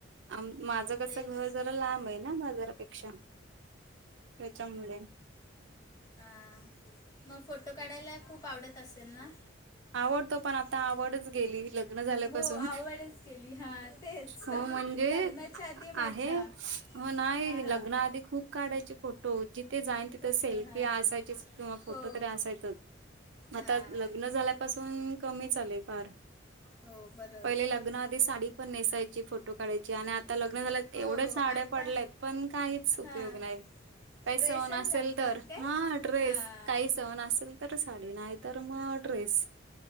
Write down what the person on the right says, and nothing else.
आम माझं
कसं
घर जरा लांब आहे ना बाजारापेक्षा त्याच्यामुळे
आवडतो. पण आता आवडच गेली लग्न झाल्यापासून
हो म्हणजे
आहे म नाही
लग्न आधी खूप काढायचे फोटो जिथे जाईन तिथे
सेल्फी
असायचीच. किंवा फोटो
तरी असायचच. आता
लग्न झाल्यापासून कमीचचाले फार
पहिले लग्न आधी साडी पण नेसायची फोटो काढायची आणि आता लग्न झाल्या.
एवढे साडे्या
पडलेत पण काहीच उपयोग
नाही. काही
सहन असल
तर
हा ड्रेस
काही सहन असेल. साडी नाही तर मग ्रेस